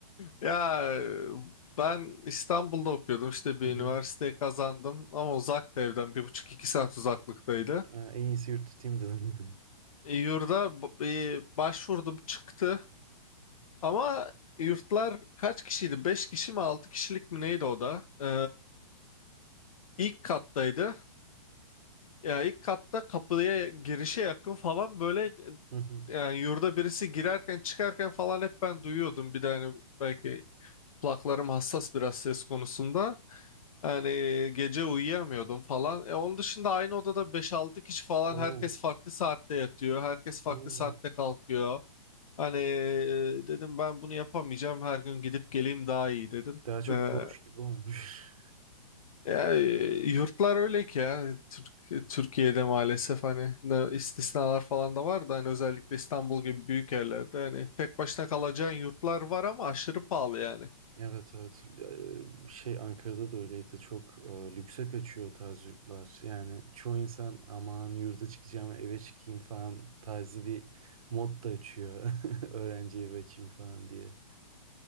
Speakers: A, on the left (about 70°); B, on the right (about 70°).
A: Ya ben İstanbul'da okuyordum işte bir
B: Hı hı.
A: üniversiteyi kazandım ama uzaktı evden bir buçuk iki saat uzaklıktaydı.
B: Aa, En iyisi yurt tutayım dedim.
A: E, Yurda b- e, başvurdum çıktı ama yurtlar kaç kişiydi? Beş kişi mi altı kişilik mi neydi o da? Ee, ilk kattaydı. Ya ilk katta kapıya girişe yakın falan böyle
B: Hı hı.
A: e, yani yurda birisi girerken çıkarken falan hep ben duyuyordum. Bir de hani belki Kulaklarım hassas biraz ses konusunda. Yani gece uyuyamıyordum falan. E, onun dışında aynı odada beş altı kişi falan
B: Oo,
A: herkes farklı saatte yatıyor. Herkes farklı
B: oo.
A: saatte kalkıyor. Hani e, dedim ben bunu yapamayacağım. Her gün gidip geleyim daha iyi dedim.
B: Daha çok
A: E,
B: koğuş gibi olmuş.
A: ya, e, yurtlar öyle ki ya. Türk, Türkiye'de maalesef hani ne- istisnalar falan da var da hani özellikle İstanbul gibi büyük yerlerde hani tek başına kalacağın yurtlar var ama aşırı pahalı yani.
B: Evet evet Eee, şey Ankara'da da öyleydi çok eee, lükse kaçıyor o tarz yurtlar yani çoğu insan aman yurda çıkacağım eve çıkayım falan tarzı bir mod da açıyor <laughs> öğrenci evi açayım falan diye